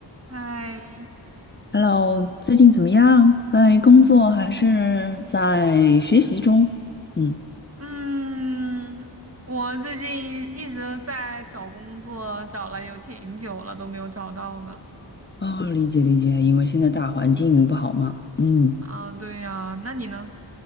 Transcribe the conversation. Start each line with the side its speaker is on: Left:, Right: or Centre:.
Right: 嗨，
Left: Hello，最近怎么样？在工作还是在学习中？嗯，
Right: 嗯，我最近一直在找工作，找了有挺久了，都没有找到呢。
Left: 哦，理解理解，因为现在大环境不好嘛。嗯，
Right: 啊，对呀，那你呢？